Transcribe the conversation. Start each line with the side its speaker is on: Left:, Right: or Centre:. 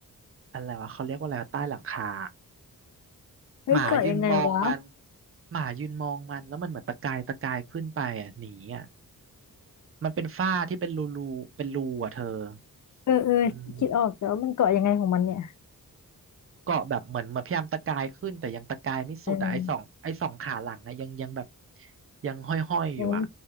Right: อะไรวะเขาเรียกว่าอะไรวะใต้หลังคา
Left: เฮ้ยเกาะยังไงวะ
Right: หมายืนมองมันหมายืนมองมันแล้วมันเหมือนตะกายตะกายขึ้นไปอ่ะหนีอ่ะมันเป็นฝ้าที่เป็นรูรูเป็นรูอ่ะเธอ
Left: เออเออคิดออกแต่ว่ามันเกาะยังไงของมันเนี่ย
Right: อืมเกาะแบบเหมือนเหมือนพยายามตะกายขึ้นแต่ยังตะกายไม่สุดอ่ะไอ้สองไอ้สองขาหลังอะยังยังแบบ
Left: เออ
Right: ยังห้อยๆอยอยู่อ่ะ
Left: ยังไม่